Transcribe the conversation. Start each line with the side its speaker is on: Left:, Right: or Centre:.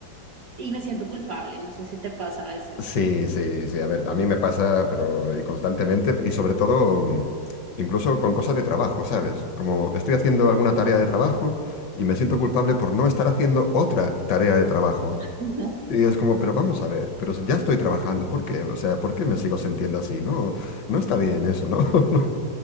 Right: y me siento culpable. No sé si te pasa a veces.
Left: Sí, sí, sí, a ver, a mí me pasa, pero y constantemente, y sobre todo, mm, incluso con cosas de trabajo, ¿sabes? Como estoy haciendo alguna tarea de trabajo y me siento culpable por no estar haciendo otra tarea de trabajo.
Right: No,
Left: Y es como, pero vamos a ver, pero si ya estoy trabajando, ¿por qué? O sea, ¿por qué me sigo sintiendo así? No, no está bien eso, ¿no? <laughs>